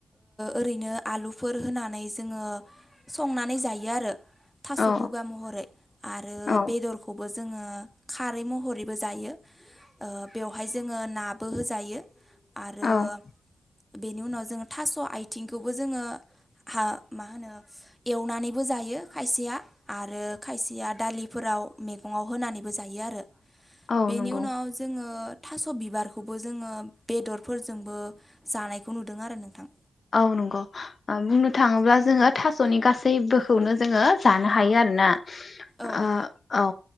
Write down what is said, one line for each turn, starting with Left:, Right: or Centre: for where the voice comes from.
Centre: ओरैनो आलुफोर होनानै जोङो संनानै जायो आरो थास
Left: औ
Centre: बुगा महरै आरो
Left: औ
Centre: बेदरखौबो जो जोङो खा खारै महरैबो जायो ओ बेवहाय जोङो नाबो होजायो आरो
Left: औ
Centre: बेनि उनाव जोङो थास आथिंखौबो जोङो हा मा होनो एवनानैबो जायो खायसेया आरो खायसेया दालिफोराव मैगङाव होनानैबो जायो आरो
Left: औ
Centre: बेनि
Left: नंगौ
Centre: उनाव जोङो थास बिबारखौबो जोङो बेदरफोरजोंबो जानायखौ नुदों आरो नोंथां?
Left: औ नंगौ ओ बुंनो थाङोब्ला जोङो थास'नि गासैबोखौनो जोङो जानो हायो आरो ना
Centre: औ
Left: ओ औ